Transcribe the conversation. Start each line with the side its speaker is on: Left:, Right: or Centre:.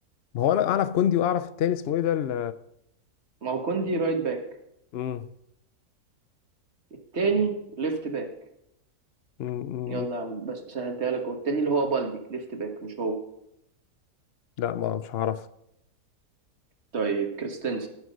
Left: ما هو أنا أعرف كوندي وأعرف التاني اسمه ايه ده ال-
Right: ما هو كوندي رايت باك
Left: مم.
Right: التاني ليفت باك
Left: مم. مم.
Right: يلا يا عم بس سهلتها لك والتاني اللي هو بالدي ليفت باك مش هو
Left: لا ما مش هعرف
Right: طيب كريستنسن